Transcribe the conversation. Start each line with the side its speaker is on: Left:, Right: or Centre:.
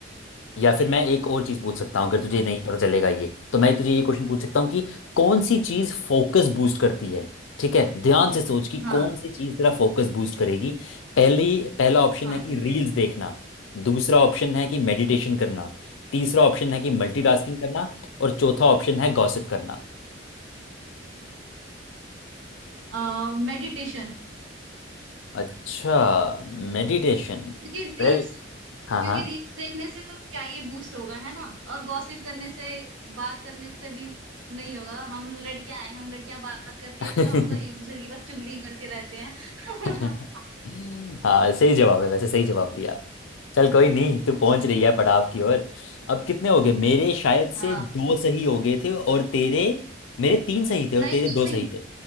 Left: या फिर मैं एक और चीज़ पूछ सकता हूँ अगर तुझे
Right: हाँ
Left: नहीं पता चलेगा ये तो मैं तुझे ये क्वेश्चन पूछ सकता हूँ कि कौन सी चीज़ फोकस बूस्ट करती है ठीक है ध्यान से सोच कि
Right: हाँ
Left: कौन सी चीज़ तेरा फोकस बूस्ट करेगी पहली पहला ऑप्शन
Right: हाँ,
Left: है कि
Right: ठीक
Left: रील्स
Right: है
Left: देखना दूसरा ऑप्शन है कि मेडिटेशन करना तीसरा ऑप्शन है कि मल्टीटास्किंग करना और चौथा ऑप्शन है गॉसिप करना
Right: हाँ मेडिटेशन
Left: अच्छा मेडिटेशन
Right: क्योंकि रील्स
Left: वेल हाँ
Right: क्योंकि रील्स देखने से तो क्या ये बूस्ट होगा है ना और गॉसिप करने से बात करने से भी नहीं होगा हम लड़कियां हैं हम लड़कियां बात करती
Left: हाँ
Right: है तो हम तो एक
Left: <laughs>
Right: दूसरे की बस चुगली करते रहते हैं
Left: <laughs>
Right: <laughs>
Left: हाँ सही जवाब है वैसे सही जवाब दिया चल कोई नहीं तू
Right: अच्छा
Left: पहुंच रही है पड़ाव की ओर अब कितने हो गए मेरे शायद
Right: हाँ
Left: से दो सही हो गए थे और तेरे मेरे तीन सही थे और
Right: नहीं
Left: तेरे
Right: नहीं
Left: दो
Right: नहीं
Left: सही थे